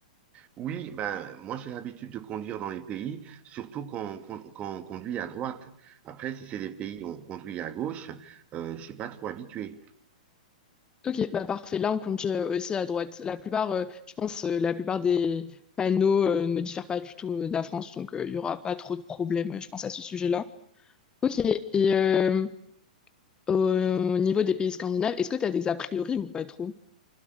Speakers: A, on the right (about 30°); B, on the left (about 20°).
A: Oui, ben, moi, j'ai l'habitude de conduire dans les pays, surtout quand, on con- quand on conduit à droite. Après, si c'est des pays où on conduit à gauche, euh, je suis pas trop habitué.
B: Ok, bah parfait. Là, on compte euh, aussi à droite. La plupart, euh, je pense, euh, la plupart des panneaux euh, ne diffèrent pas du tout euh, de la France, donc euh, il y n'y aura pas trop de problèmes, euh, je pense, à ce sujet-là. Ok, et euh, au niveau des pays scandinaves, est-ce que tu as des a priori ou pas trop?